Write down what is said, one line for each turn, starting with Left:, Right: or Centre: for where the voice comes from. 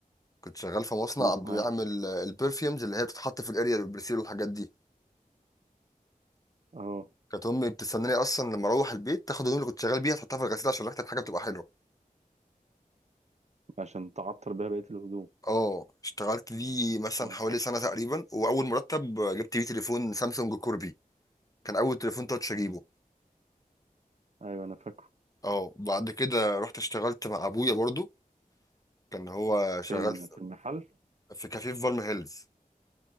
Left: كنت شغال في مصنع
Right: مصنعية
Left: بيعمل آه، البرفيومز اللي هي بتتحط في الاريا البرسيل والحاجات دي
Right: اه
Left: كانت امي بتستناني اصلا لما اروح البيت تاخد الهدوم اللي كنت شغال بيها تحطها في الغسيل عشان ريحه الحاجه بتبقى حلوه
Right: عشان تعطر بيها بقية الهدوم
Left: اه اشتغلت لي مثلا
Right: اه
Left: حوالي سنه تقريبا واول مرتب آه، جبت بيه تليفون سامسونج كوربي كان اول تليفون تاتش اجيبه
Right: ايوه انا فاكره
Left: اه بعد كده رحت اشتغلت مع ابويا برضو كان هو شغال
Right: فين
Left: في
Right: في المحل
Left: في كافيه في فالم هيلز